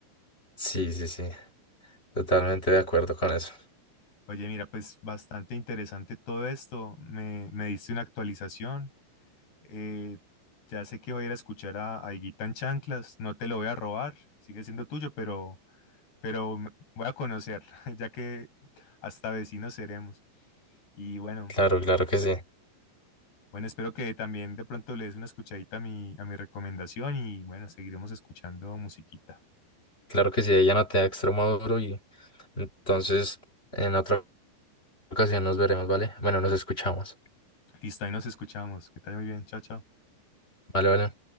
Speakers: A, on the left (about 20°); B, on the left (about 70°).
A: Sí, sí, sí, totalmente de acuerdo con eso.
B: Oye, mira, pues bastante interesante todo esto. Me, me diste una actualización. Eh, ya sé que voy a ir a escuchar a, a Higuita en Chanclas. No te lo voy a robar, sigue siendo tuyo, pero, pero me- voy a conocer, <laughs> ya que hasta vecinos seremos. Y bueno,
A: Claro, claro que sí.
B: bueno, espero que también de pronto le des una escuchadita a mi, a mi recomendación y bueno, seguiremos escuchando musiquita.
A: Claro que sí, ella no te da extremo duro y entonces en otra ocasión nos veremos, ¿vale? Bueno, nos escuchamos.
B: Listo, ahí nos escuchamos. Que te vaya muy bien. Chao, chao.
A: Vale, vale.